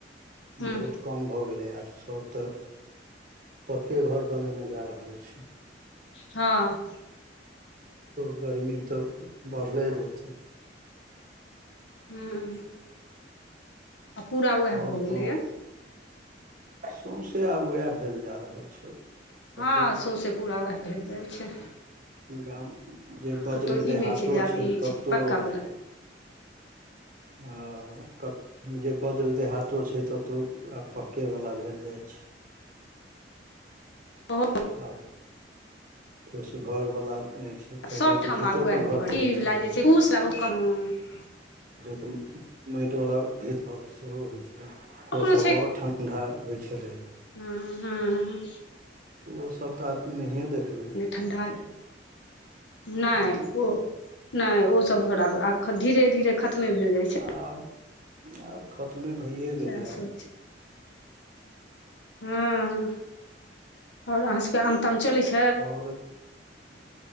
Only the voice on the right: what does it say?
बहुत कम भए गेले आब सब तऽ पके घर बनेने जा रहल छैथ
तऽ गरमी तऽ बढ़ले जेतै
ओर
कोनो सौँसे आब उएह भेल जा रहल छै कतहु
गाम जे <unintelligible>
देहातो
छै
ततहु
ह जे वज्र देहातो छै ततहु आब पक्केवालला भेल जाइ छै
आब फुस घर बाला नहि छै पहिले
तऽ
भीतोके
रहै
छलैए
त मैट वला भीत पर सेहो होय छै
ओ सब
और ठंडा ठण्डा होइ छलै
ओसभ तऽ आब नहिए देखबै
आब आब खतमे भइए
गेलै
आब
आओर